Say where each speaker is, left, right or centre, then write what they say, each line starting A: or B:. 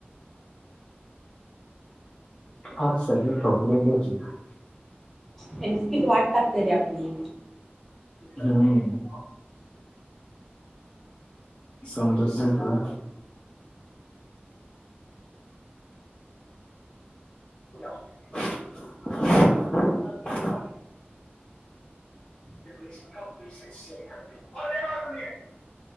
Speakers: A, on the left; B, in the centre.
A: आज सळे ठोकले लेचीे.
B: त्यांची किती वाट लागते रे आपली.
A: हम्म. समजस नाही तुला. <inaudible> <inaudible> आलोय माझं मी.